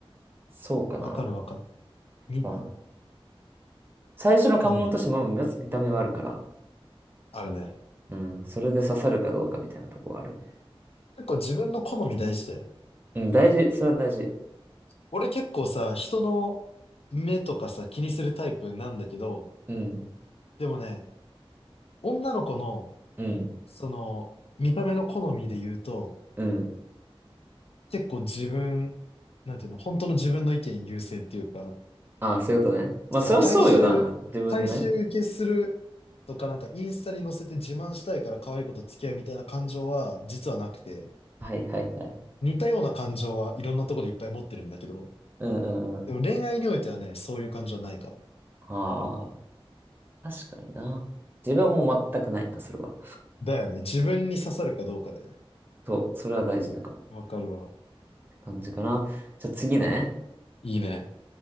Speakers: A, on the right; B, on the left.
A: そうかな。
B: わかるわかる。み、
A: まあ、最初の関門として、
B: いいね。
A: まあ、まず見た目はあるから、
B: あるね。
A: うん。それで刺さるかどうかみたいなとこはあるね。
B: 結構自分の好み大事だよね。
A: うん、大事。それは大事。
B: 俺結構さ、人の目とかさ、気にするタイプなんだけど、
A: うん、
B: でもね、女の子の、
A: うん。
B: その、見た目の好みで言うと、
A: うん。
B: 結構自分、なんていうの、本当の自分の意見優先っていうか、
A: ああ、そういうことね。まあ、
B: そう、
A: そりゃそうよな。
B: 大衆、
A: 自分のね。
B: 大衆受けするとか、なんかインスタに載せて自慢したいから可愛い子と付き合うみたいな感情は、実はなくて、
A: はいはいはい。
B: 似たような感情はいろんなところでいっぱい持ってるんだけど、
A: うんうんうん。
B: でも恋愛においてはね、そういう感じはないかも。
A: ああ、確かにな。自分はもう全くないな、それは。
B: だよね。自分に刺さるかどうかだよね。
A: そう、それは大事だからっ
B: わかるわ。
A: て感じかな。じゃあ次ね。
B: いいね。